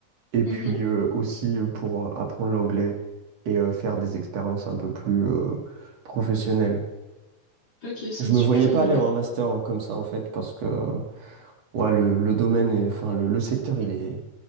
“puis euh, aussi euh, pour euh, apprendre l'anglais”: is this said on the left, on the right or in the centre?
Right